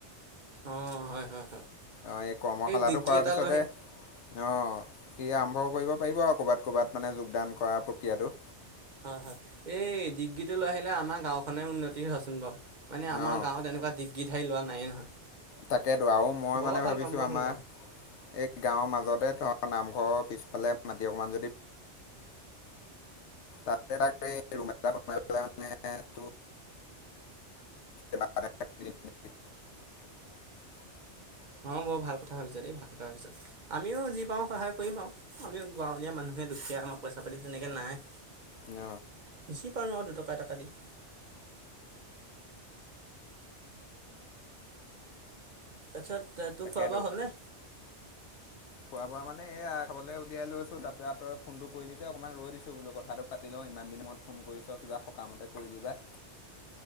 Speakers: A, on the right; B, on the left.
A: অ হয় হয় হয়।
B: অ এই কৰ্মশালাটো
A: ডিগ্ৰী
B: কৰাৰ
A: এটা
B: পিছতে
A: লৈ আহি
B: অ সি আৰম্ভ- কৰিব পাৰিব আৰু কৰ'বাত কৰ'ৰবাত মানে যোগদান কৰা প্ৰক্ৰিয়াতটো।
A: হয় হয় এই ডিগ্ৰীটো লৈ আহিলে আমাৰ গাঁওখনে উন্নতি হবচোন বাৰু- মানে আমাৰ
B: অঁ
A: গাঁৱতেনেকুৱা ডিগ্ৰী ধাৰি লোৱা নাই নহয়
B: তাকেতো আৰু মই
A: বৰ
B: মানে
A: ভাল
B: ভাবিছো
A: পাম বৰ
B: আমাৰ-
A: ভাল পাম।
B: এই গাঁৱৰ মাজতে ধৰ নামঘৰৰ পিছফালে মাটি অকমান যদি- তা তৰুম এ বনাই পেলাই মানে ত <unintelligible> <unintelligible>
A: অ বৰ ভাল কথা ভাবিছ দেই ভাল কথা ভাবিছ আমিও যি পাও সহায় কৰিম আও আমিও গাঁৱলীয়া মানুহ- দুখীয়া আমাৰ পইচা পাতি তেনেকে নাই।
B: ন
A: যি পাৰো আৰু দুটকা এটকা দিম। তাৰছত তোৰ
B: তাকেতো
A: খোৱা ব হ'লনে-
B: খোৱা বোৱা মানে এয়া খাবলে উলিয়াই লৈছো তাৰপৰা তই ফোনটো কৰিলি যে অকণমান ৰৈ দিছো বোলো কথাটো পাতি লওঁ ইমান। দিন মত ফোন কৰিছ কিবা সকামতে কৰিলি বা-